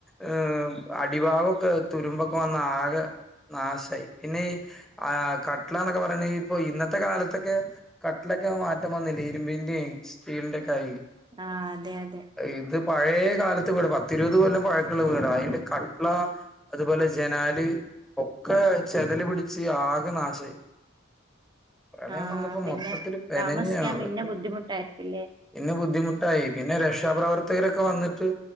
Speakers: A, in the centre; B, on the right.
A: ഏഹ് അടിഭാഗമൊക്കെ തുരുമ്പൊക്കെ വന്ന ആകെ നാശമായി പിന്നെ ഈ ആഹ് കട്ല എന്നൊക്കെ പറയണെ ഇപ്പൊ ഇന്നത്തെ കാലത്തൊക്കെ കട്ടിലൊക്കെ മാറ്റം വന്നില്ല ഇരുമ്പിന്റെയും സ്റ്റീലിന്റെക്കായി
B: ആഹ് അതെ അതെ
A: ഇത് പഴയ കാലത്ത് വീട പത്തിരുപത് കൊല്ലം പഴക്കുള്ള വീട അതിന്റെ ക കട്ട്ള അതുപോലെ ജനാല് ഒക്കെ ചെതല് പിടിച്ച് ആകെ നാശമായി പ്രളയം
B: ആഹ്
A: വന്നപ്പോ
B: പിന്നെ
A: മൊത്തത്തില് പെനഞ്ഞു
B: താമസിക്കാൻ
A: ഞങ്ങള്
B: പിന്നെ ബുദ്ധിമുട്ടായിരിക്കുംല്ലേ
A: പിന്നെ ബുദ്ധിമുട്ട് പിന്നെ രക്ഷ്യാപ്രവർത്തകരൊക്കെ വന്നിട്ട്